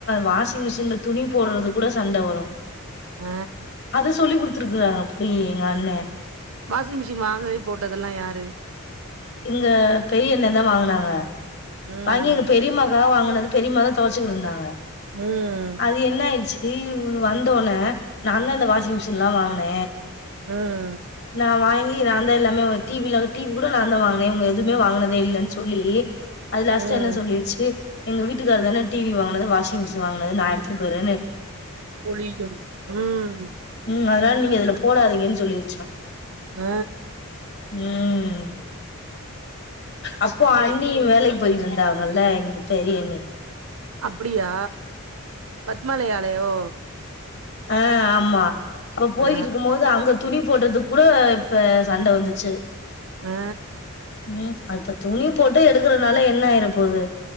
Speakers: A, on the left; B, on the right.
A: வாஷிங் மிஷின்ல துணி போடுறதுக் கூட சண்ட வரு
B: ஆ
A: அத சொல்லி குடுத்துருக்குறாங்க போய் எங்க அண்ண
B: வாஷிங் மிஷின் வாங்கவே போட்டதெல்லா யாரு
A: எங்க பெரிய அண்ணத வாங்குனாங்க
B: ம்
A: வாங்கி இங்க பெரியம்மாக்காக வாங் கினது பெரியம்மாதா துவச்சிக்கிட்டு இருந்தாங்க
B: ம்
A: அது என்ன ஆயிருச்சு து வந்தோன்ன நான்தா இந்த வாஷிங் மிஷின் எல்லா வாங்கின
B: உம்
A: நா வாங்கி நான்தா எல்லாமே ஒரு டி வில்ல டி வி கூட நான்தா வாங்கினேன் இவுங்க எதுவுமே வாங்கினதே இல்லனு சொல்லி அது லாஸ்டா
B: ம்
A: என்ன சொல்லிருச்சு எங்க வீட்டுக்காரதானே டி வி வாங்குனது வாஷிங் மிஷின் வாங்கினது நா எடுத்துட்டு போய்ற
B: பொழியும் உம்
A: ம் அதனால நீங்க இதுல போடாதீங்கனு சொல்லிருச்சா
B: ஆ
A: உம் அப்போ அண்ணி வேலைக் கு போய்ட்டு இருந்தாங்கல்ல எங்க பெரியண்ணி
B: அப்படியா பத்மாலயாலயோ
A: ஆஹ் ஆமா அப்ப போயிட்டு
B: ஆ
A: இருக்கும்போது அங்க துணி போடுறதுக் கூட இப்ப சண்ட வந்துச்சு
B: ஆ
A: ம் அதுப்ப துணி போட்டு எடுக்கறனால என்ன ஆயிர போது